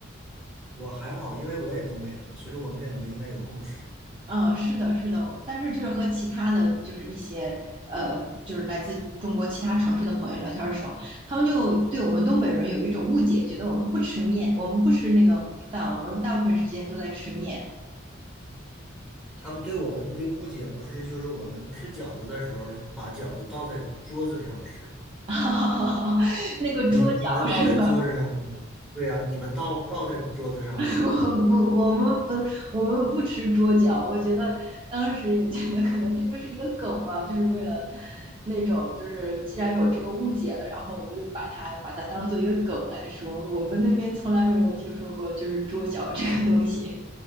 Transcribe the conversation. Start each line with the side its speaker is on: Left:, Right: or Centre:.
Centre: 我还好，因为我也东北的嘛，所以我们两个应该有共识。
Right: 嗯，是的，是的，但是就是和其他的就是一些呃，就是来自中国其他城市的朋友聊天的时候，他们就对我们东北人有一种误解，觉得我们不吃面，我们不吃那个米饭，我们大部分时间都在吃面，
Centre: 他们对我们的误解不是，就是我们吃饺子的时候是把饺子倒在桌子上吃吗？
Right: <laughs> 那个桌角是。
Centre: 你们你们倒在桌子上吗？对呀，你们倒倒在桌子上吗？
Right: <laughs> 我不，我们不，我们不吃桌脚。我觉得当时也觉得，可能这就是一个梗吧，就是为了那种，就是既然有这个误解了，然后我们就把它把它当做一个梗来说。我们那边从来没有听说过就是桌脚这个东西。